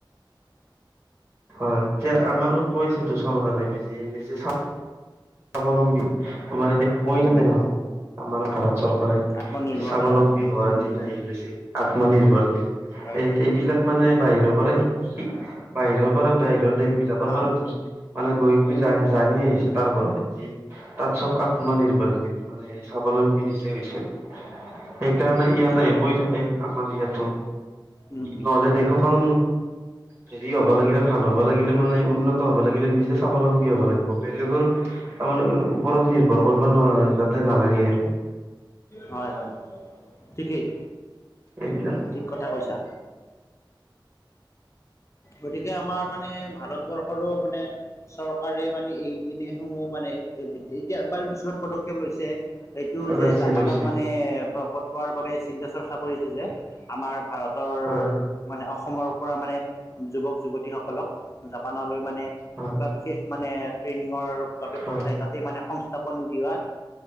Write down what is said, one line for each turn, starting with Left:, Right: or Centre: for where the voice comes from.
Right: হয়, এতিয়া আমাৰো কৈছেতো চৰকাৰে নিজে নিজে চা স্বাৱলম্বী তোমাৰ এতিয়া হৈ
Left: উম
Right: থাকে নহয় আমাৰ ভাৰত চৰকাৰে।
Left: আত্মনিৰ্ভৰ
Right: স্বাৱলম্বী
Left: হয় উম
Right: হোৱাৰ
Left: উম
Right: দিন
Left: উম
Right: আহি গৈছে আত্মনিৰ্ভৰশীল।
Left: হয়
Right: এ
Left: হয়
Right: এইবিলাক মানে বাহিৰৰ পৰা বাহিৰৰ পৰা বাহিৰৰ দেশ বিলাকৰ
Left: অ
Right: পৰা মানে গৈ গৈ জানি আহিছে তাৰ পৰাই। তাত চব আত্মনিৰ্ভৰশীল মানে স্বাৱলম্বী নিজে হৈছে সে সেইকাৰণে ইয়তে
Left: হয়
Right: আহি
Left: হয়
Right: কৈ থাকে আমাৰ ইয়াতো
Left: উম উম
Right: নহ'লে দেশোখন হেৰি হ'ব লাগিলে ভাল হ'ব লাগিলে মানে উন্নত হ'ব লাগে। নিজে স্বাৱলম্বী হ'ব লাগিব বেলেগৰ তাৰমানে ওপৰত নিৰ্ভৰ কৰিব নোৱাৰে যাতে নালাগে আৰু।
Left: হয়, হয় ঠিকেই।
Right: এইবিলাক
Left: ঠিক কথা কৈছা গতিকে আমাৰ মানে ভাৰতবৰ্ষৰো মানে চৰকাৰে মানে এইখিনি সমূহ মানে <unintelligible> এতিয়া বাৰু কিছুমান পদক্ষেপ লৈছে এইটো যে
Right: লৈছে
Left: জাপানত
Right: লৈছে
Left: মানে পঠোৱাৰ বাবে চিন্তা চৰ্চা কৰিছে যে আমাৰ ভাৰতৰ
Right: হয়
Left: মানে অসমৰ পৰা মানে যুৱক-যুৱতীসকলক জাপানলৈ মানে
Right: হয়
Left: বা বিশেষ মানে ট্ৰেইনিঙৰ বাবে
Right: হয়
Left: পঠাই তাতেই মানে সংস্থাপন দিয়া